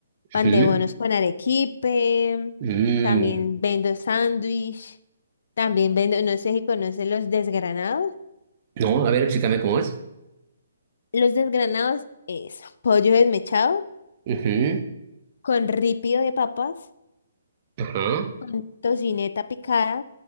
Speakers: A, on the left; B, on the right.
A: pan
B: Ujú.
A: de bonos con arequipe,
B: Mm.
A: también vendo sándwich, también vendo, no sé si conoces los desgranados.
B: No, a ver, explícame cómo es.
A: Los desgranados es pollo desmechado
B: Ujú.
A: con ripio de papas,
B: Ajá.
A: con tocineta picada,